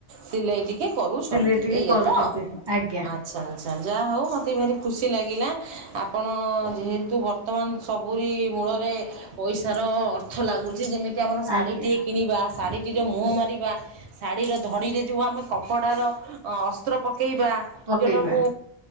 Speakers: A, on the right; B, on the right.
A: ସିଲେଇ ଟିକେ କରୁଛନ୍ତି,
B: ସିଲେଇ ଟିକେ
A: ଏଇଆ
B: କରୁଛନ୍ତି
A: ତ।
B: ଆଜ୍ଞା
A: ଆଚ୍ଛା ଆଚ୍ଛା ଯାହା ହଉ ମୋତେ ଭାରି ଖୁସି ଲାଗିଲା, ଆପଣ ଯେହେତୁ ବର୍ତ୍ତମାନ ସବୁରି ମୂଳରେ ପଇସାର ଅର୍ଥ ଲାଗୁଚି, ଯେମିତି ଆମର ଶାଢ଼ୀଟିଏ
B: ଆଜ୍ଞା
A: କିଣିବା ଶାଢ଼ୀଟିର ମୁହଁ ମାରିବା, ଶାଢ଼ୀର ଧଡ଼ିରେ ଯେଉଁ ଆମେ କପଡ଼ାର ଅ ଅସ୍ତ୍ର ପକେଇବା,
B: ପକେଇବା
A: ଯଉଟାକୁ